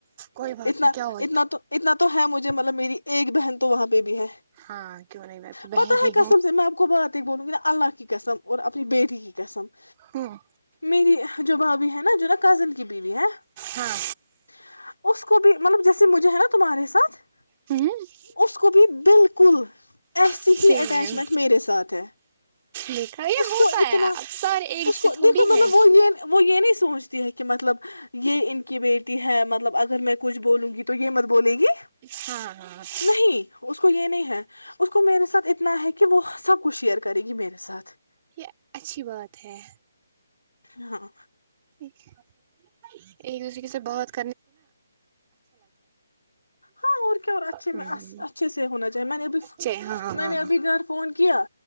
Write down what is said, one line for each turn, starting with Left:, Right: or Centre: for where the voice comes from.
Right: کوئی بات
Left: اتنا
Right: نہیں کیا ہوا
Left: اتنا تو اتنا تو ہے مجھے مطلب میری ایک بہن تو وہاں ب ہے
Right: ہاں کیوں نہیں میں آپ کی بہن
Left: پتا ہے
Right: ہی
Left: کسم
Right: ہوں
Left: سے میں آپ کو بات بولوں گی نا اللہ کی قسم اور اپنی بیٹی کی قسم <inaudible>
Right: ہوں
Left: میری جو بھابھی ہے نا جو نا کزن کی بیوی ہے
Right: ہاں
Left: <inaudible> اس کو بھی مطلب جیسے مجھے ہے نا تمہارے سھ <inaudible>
Right: ہوں <inaudible>
Left: اس کو بھی بالکل <inaudible> کل <inaudible> ایسی
Right: سیم
Left: ہی اٹیچمنٹ میرے ساتھ ہے
Right: دیکھا یہ
Left: اس
Right: ہوتا
Left: کو اتنا
Right: ہے اب سارے ایک
Left: اس
Right: سے
Left: کو
Right: تھوڑی
Left: دیکھو مطلب
Right: ہے
Left: وہ یہ <inaudible> وہ یہ نہیں سوچتی ہے کہ مطلب یہ ان کی بیٹی ہے مطلب اگر میں کچھ بولوں گی تو یہ مت بولے گی <inaudible>
Right: ہاں ہاں <inaudible>
Left: نہیں اس کو یہ نہیں ہے اس کو میرے ساتھ اتنا ہے کہ وہ سب کچھ شیئر کرے گی میرے ساتھ <inaudible>
Right: یہ اچھی بات ہے
Left: ہاں <inaudible>
Right: ایک دوسرے کے سے بہت <inaudible>
Left: ہاں اور کیا اچھے
Right: ہ
Left: اچھے سے ہونا چاہیے میں نے ابھی
Right: چ ہاں ہاں
Left: میں
Right: ہاں
Left: نے ابھی گھر فون کیا